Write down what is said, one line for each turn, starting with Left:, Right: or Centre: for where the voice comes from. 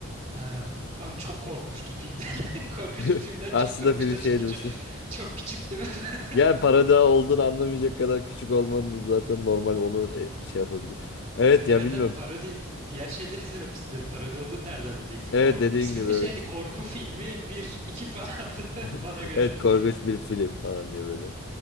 Right: Ee, abi çok korkmuştum filmden. <laughs> Korkunç
Left: <laughs>
Right: bir filmden
Left: Aslında
Right: çok korkmuştum
Left: film şey
Right: çünkü
Left: demişti.
Right: çok,
Left: <laughs>
Right: çok küçüktüm. <laughs>
Left: Yani parada olduğunu anlamayacak kadar küçük olmanın da zaten normal onu e, şey yapabilir. Evet
Right: Evet
Left: ya bilmiyorum.
Right: abi parodi diğer şeyleri izlememişsindir. Parodi olduğunu nereden bileceksin?
Left: Evet
Right: Korku
Left: dediğin
Right: ismi
Left: gibi
Right: de
Left: evet.
Right: şey hani korku filmi bir iki falandı <laughs> bana
Left: <laughs>
Right: göre.
Left: Evet korkunç bir film falan diye böyle.